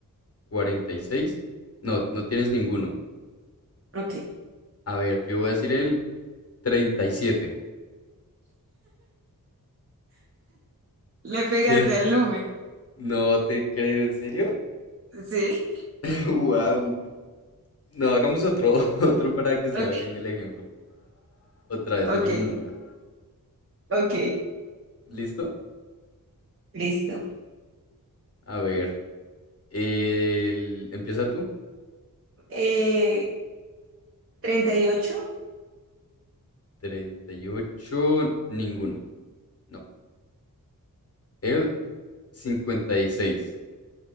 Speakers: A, on the left; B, on the right.
A: 46. No, no tienes ninguno.
B: Ok.
A: A ver, yo voy a decir el 37.
B: Le pegas
A: ¿Qué? <laughs>
B: al número.
A: No te creo, ¿en serio?
B: Sí,
A: <laughs> Wow. No, hagamos otro, <laughs> otro para que se
B: ok,
A: haga en el ejemplo. Otra vez,
B: ok,
A: elige un número.
B: ok.
A: ¿Listo?
B: Listo.
A: A ver, el... empieza tú.
B: Eh, treinta y ocho.
A: 38, ninguno. No. El 56.